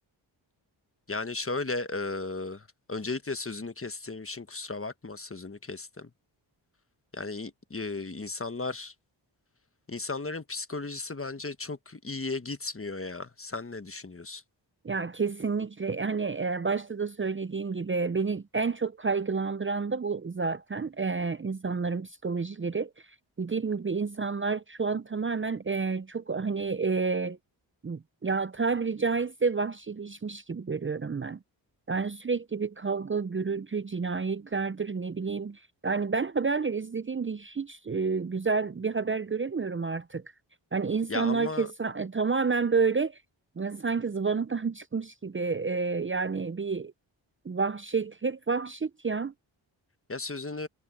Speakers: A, on the left (about 30°); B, on the right (about 25°).
A: Yani şöyle e, öncelikle sözünü kestiğim için kusura bakma sözünü kestim. Yani e, insanlar insanların psikolojisi bence çok iyiye gitmiyor ya. Sen ne düşünüyorsun?
B: Ya kesinlikle hani e, başta da söylediğim gibi beni en çok kaygılandıran da bu zaten E, insanların psikolojileri. Dediğim gibi insanlar şu an tamamen e, çok hani e, ya tabiri caizse vahşileşmiş gibi görüyorum ben. Yani sürekli bir kavga, gürültü, cinayetlerdir ne bileyim. Yani ben haberleri izlediğimde hiç e, güzel bir haber göremiyorum artık. Yani insanlar
A: Ya ama
B: kesa, e, tamamen böyle ya Sanki zıvanadan <laughs> çıkmış gibi e, yani bir vahşet hep vahşet ya.
A: ya sözünü